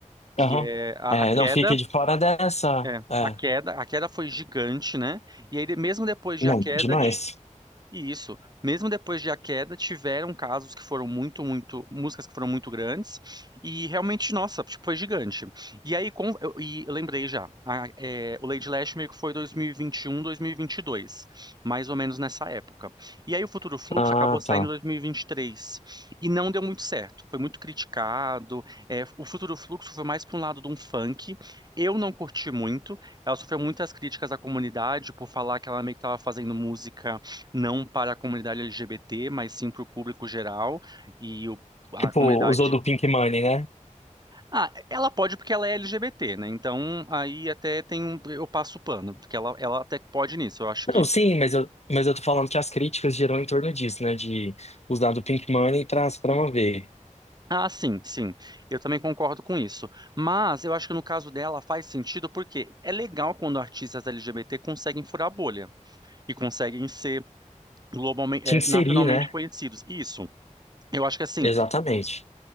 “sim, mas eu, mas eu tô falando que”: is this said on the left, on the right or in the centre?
Left